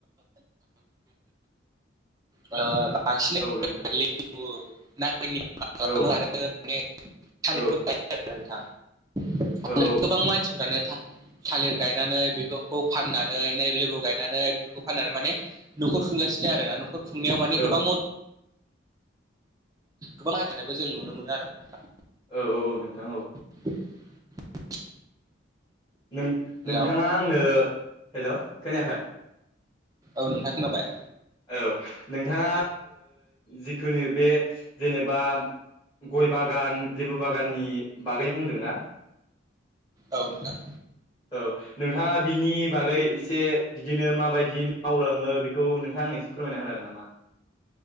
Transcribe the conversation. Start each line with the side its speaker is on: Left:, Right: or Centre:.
Right: ओ बांसिन
Left: औ नोंथां
Right: <unintelligible>
Left: औ
Right: <unintelligible>
Left: औ औ औ।
Right: गोबां मानसिफ्रानो था थालिर गायनानै बेफोरखौ फाननानैै लेबु गायनानै बेफोरखौ फाननानै माने न'खर खुंगासिनो आरो ना न'खर खुंनायाव माने
Left: औ
Right: गोबां गोबां रायजेनानायबो जों नुनो मोनो आरो
Left: औ औ नोंथां औ
Right: <unintelligible>
Left: नों
Right: हेलौ
Left: नोंथाङा आंनो हेल' खोनायाखै?
Right: औ नोंथांखोनाबाय
Left: औ नोंथाङा जिखुनु बे जेनेबा गय बागान लेबु बागाननि बागै बुंदोंना?
Right: औ नोंथां।
Left: औ। नोंथाङा बिनि बागै एसे बिदिनो माबायदि मावलाङो बेखौ नों नथ आं एसे फोरमना होन हागोनामा?